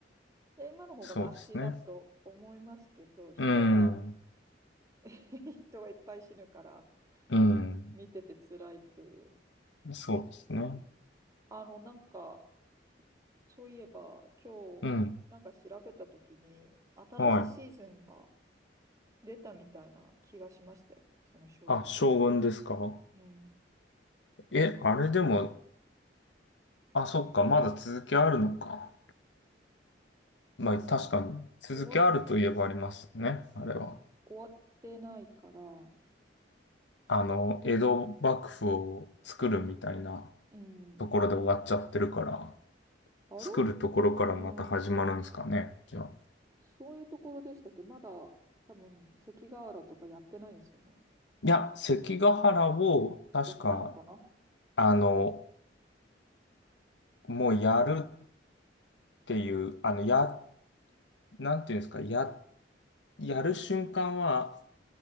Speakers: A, on the right; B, on the left.
A: で今の方がマシだと思いますけど人が
B: そうですね。うん、
A: <laughs> 人がいっぱい死ぬから
B: うん。
A: 見てて辛いっていう
B: そうですね。
A: あのなんかそういえば、今日なんか調べたときに、
B: うん。
A: 新しいシーズンが
B: はい。
A: 出たみたいな気がしましたよ。その将軍。
B: あ、将軍ですか
A: うん。
B: え、あれでも、あ、そっか、まだ続きあるのか。まあ、
A: うん。
B: 確かに、続きあるといえばありますよね、
A: 終わ、
B: あれは。
A: 終わってないから、
B: あの、江戸幕府を作るみたいな
A: うん。
B: ところで終わっちゃってるから、
A: あれ
B: 作るところからまた始まるんですかね、
A: うん。
B: じゃあ。
A: そういうところでしたっけまだ、多分、関ヶ原とかやってないですよね。
B: いや、関ヶ原を、確か、
A: やったのかな
B: あの、もうやるっていう、あの、や、なんていうんですか、や、やる瞬間は